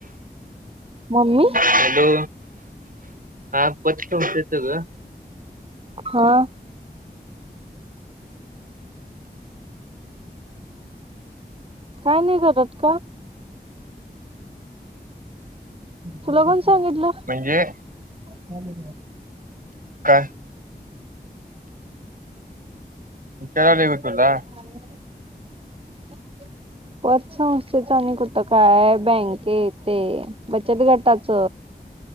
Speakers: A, on the right; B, on the right.
A: मम्मी
B: हॅलो हा पचत येत ग
A: हा काय नाही करत का तुला कोण सांगितलं?
B: म्हणजे.
A: चालतंय की
B: काय विचारलय तुला
A: ह पतसंस्थेच आणि कुठं काय बँके तेे बचत गटाच